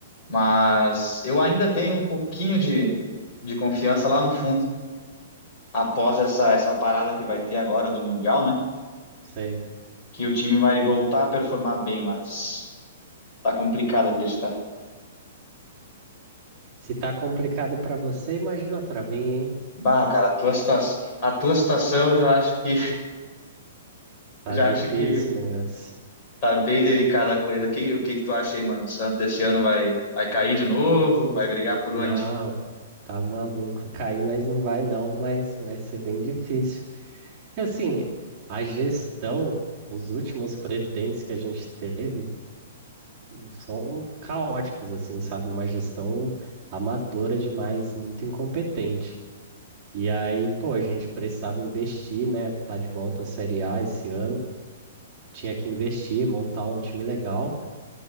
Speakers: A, on the left; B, on the right.
A: Mas eu ainda tenho um pouquinho de, de confiança lá no fundo, após essa, essa parada que vai ter agora do Mundial, né?
B: Sei.
A: Que o time vai voltar a performar bem, mas tá complicado acreditar.
B: Se tá complicado pra você, imagina pra mim, hein?
A: Bah, cara, a tua, situa- a tua situação eu já acho que <laughs>
B: Tá
A: já
B: difícil
A: acho que
B: o negócio.
A: tá bem delicada a coisa. O que, o que que tu acha aí, mano? O Santos esse ano vai, vai cair de novo? Vai brigar por
B: Não,
A: onde?
B: tá maluco. Cair nós não vai não, mas vai ser bem difícil. Que assim, a gestão, os últimos presidentes que a gente teve, São caóticos, assim, sabe? Uma gestão amadora demais, muito incompetente. E aí, pô, a gente precisava investir, né? Tá de volta à Série A esse ano. Tinha que investir, montar um time legal.